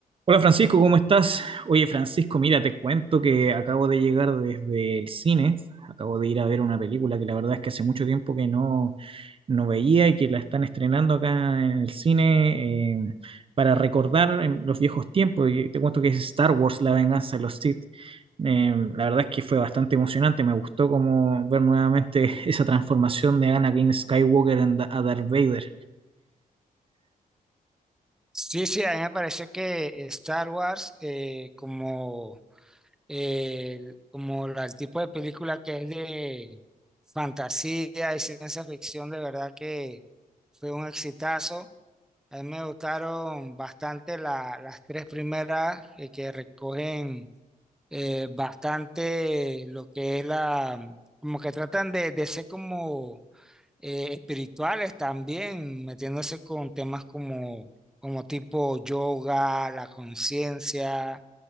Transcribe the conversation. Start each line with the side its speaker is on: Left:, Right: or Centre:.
Right: Hola Francisco, ¿cómo estás? Oye Francisco, mira, te cuento que acabo de llegar desde el cine, acabo de ir a ver una película que la verdad es que hace mucho tiempo que no, no veía y que la están estrenando acá en el cine eh, para recordar en los viejos tiempos. Y te cuento que es Star Wars, La venganza de los Sith. Eh, la verdad es que fue bastante emocionante, me gustó como ver nuevamente <laughs> esa transformación de Anakin Skywalker en Da- a Darth Vader.
Centre: Sí, sí, a mí me pareció que Star Wars, eh, como, eh, el- como la- el tipo de película que es de fantasía y ciencia ficción, de verdad que fue un exitazo. A mí me gustaron bastante la- las tres primeras eh, que recogen eh, bastante lo que es la, como que tratan de, de ser como eh, espirituales también, metiéndose con temas como, como tipo yoga, la conciencia,